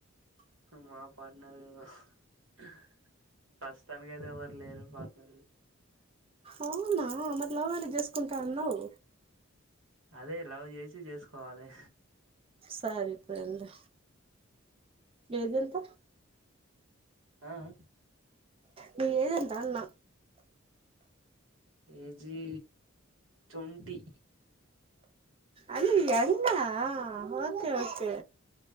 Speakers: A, on the right; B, on the right.
A: మా పార్ట్నరు హ్ ప్రస్తుతానికి అయితే ఎవరు లేరు పార్ట్నర్
B: అవునా మరి లవ్ మ్యారేజ్ చేసుకుంటా అన్నావు
A: అదే లవ్ చేసి చేసుకోవాలే
B: సరిపోయింది ఏజ్ ఎంత
A: ఆ ఆ
B: నీ ఏజ్ ఎంత అన్న
A: ఏజీ ట్వంటిీ
B: అది ఎన్న ఓకే ఓకే